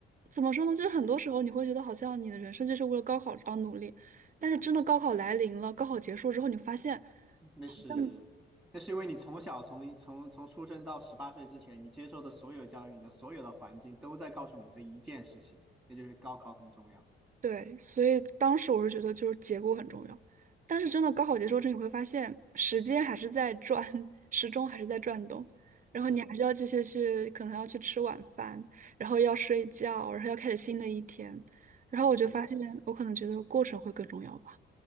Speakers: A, on the right; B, in the centre.
A: 怎么说呢？就是很多时候你会觉得好像你的人生就是为了高考而努力，但是真的高考来临了，高考结束之后，你发现
B: 那是那是因为你从小从从从出生到十八岁之前，
A: 像
B: 你接受的所有教育，你的所有的环境都在告诉你这一件事情，那就是高考很重要。
A: 对，所以当时我是觉得就是结果很重要，但是真的高考结束之后，你会发现时间还是在转，<laughs> 时钟还是在转动，然后你还是要继续去，
B: 是的，
A: 可能要去吃晚饭，然后要睡觉，然后要开始新的一天，然后我就发现我可能觉得过程会更重要吧。
B: 是的。